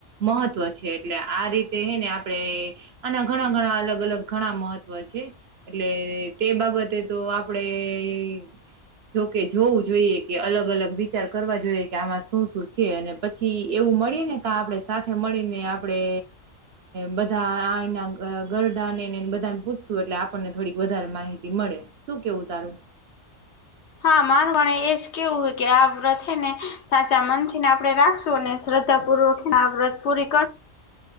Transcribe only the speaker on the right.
મહત્વ છે એટલે આ રીતે આપણે આના ઘણા ઘણા અલગ અલગ ઘણા મહત્વ છે. એટલે તે બાબત તે તો આપડે જોકે જોવું જોઈએ કે અલગ અલગ વિચાર કરવા જોઈએ કે આમાં શું શું છે અને પછી એવું મળીયે ને તો આપડે સાથે મળીને આપડે બધા આઈના અ ગરઢા આને ને નેન બધાન પૂછશું એટલે આપણને થોડીક વધારે માહિતી મળે. શું કેવું તારું?